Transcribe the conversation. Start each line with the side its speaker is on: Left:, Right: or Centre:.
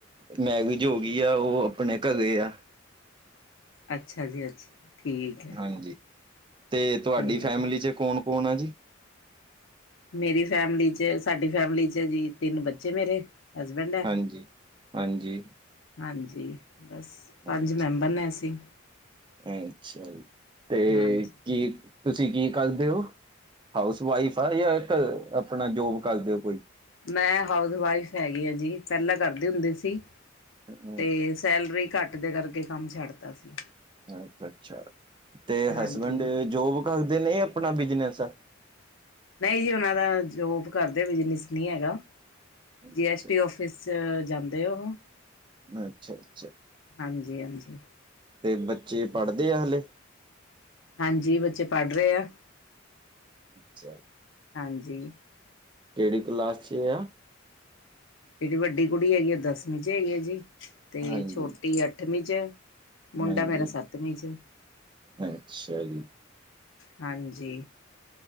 Right: ਮੈਗੀ ਜੋਗੀ ਆ ਉਹ ਆਪਣੇ ਘਗੇ ਆ।
Left: ਅੱਛਾ ਜੀ ਅੱਛਾ। ਠੀਕ ਹੈ।
Right: ਹਾਂਜੀ। ਤੇ ਤੁਹਾਡੀ
Left: ਠੀਕ
Right: ਫੈਮਲੀ
Left: ਹੈ
Right: ਚ' ਕੌਣ -ਕੌਣ ਆ ਜੀ।
Left: ਮੇਰੀ ਫੈਮਿਲੀ ਚ' ਸਾਡੀ ਫੈਮਿਲੀ ਚ' ਜੀ ਤਿੰਨ ਬੱਚੇ ਮੇਰੇ। ਹਸਬੈਂਡ ਹੈ।
Right: ਹਾਂਜੀ ਹਾਂਜੀ।
Left: ਹਾਂਜੀ। ਬਸ। ਪੰਜ
Right: ਅੱਛਾ
Left: ਮੈਂਬਰ ਨੇ ਅਸੀਂ।
Right: ਅੱਛਾ ਜੀ। ਤੇ
Left: ਹਾਂਜੀ
Right: ਕੀ ਤੁਸੀਂ ਕੀ ਕਰਦੇ ਹੋ? ਹਾਊਸ ਵਾਈਫ ਆ ਜਾਂ ਆਪਣਾ ਜੋਬ ਕਰਦੇ ਹੋ ਕੋਈ?
Left: ਮੈਂ ਹਾਊਸ ਵਾਈਫ ਹੈਗੀ ਆ ਜੀ, ਪਹਿਲਾਂ ਕਰਦੇ ਹੁੰਦੇ ਸੀ।
Right: ਹਮ,
Left: ਤੇ ਸੈਲਰੀ ਘੱਟ ਦੇ ਕਰਕੇ ਕੰਮ ਛੱਡਤਾ ਸੀ।
Right: ਅੱਛਾ -ਅੱਛਾ। ਤੇ
Left: ਹਾਂਜੀ
Right: ਹਸਬੈਂਡ ਜੋਬ ਕਰਦੇ ਨੇ ਜਾ, ਆਪਣਾ ਬਿਜ਼ਨਸ?
Left: ਨਹੀਂ ਜੀ। ਉਹਨਾਂ ਦਾ ਜੋਬ ਕਰਦੇ ਬਿਜਨਸ ਨਹੀਂ ਹੈਗਾ। ਜੀ
Right: ਅੱਛਾ
Left: ਐਸਟੀ ਔਫ ਫਿਸ ਜਾਂਦੇ ਉਹੋ।
Right: ਅੱਛਾ- ਅੱਛਾ।
Left: ਹਾਂਜੀ- ਹਾਂਜੀ।
Right: ਤੇ ਬੱਚੇ ਪੜ੍ਹਦੇ ਆ ਹਲੇ?
Left: ਹਾਂਜੀ। ਬੱਚੇ ਪੜ੍ਹ ਰਹੇ ਆ।
Right: ਅੱਛਾ।
Left: ਹਾਂਜੀ।
Right: ਕਿਹੜੀ ਕੁਲਾਸ ਚ' ਆ।
Left: ਜਿਹੜੀ ਵੱਡੀ ਕੁੜੀ ਹੈਗੀ। ਉਹ ਦਸਵੀਂ ਚ' ਹੈਗੀ ਐਂ। ਜੀ ਤੇ
Right: ਹਾਂਜੀ
Left: ਛੋਟੀ ਅੱਠਵੀਂ ਚ'। ਮੁੰਡਾ
Right: ਹਾਂਜੀ
Left: ਮੇਰਾ ਸੱਤਵੀਂ ਚ'
Right: ਅੱਛਾ ਜੀ।
Left: ਹਾਂਜੀ।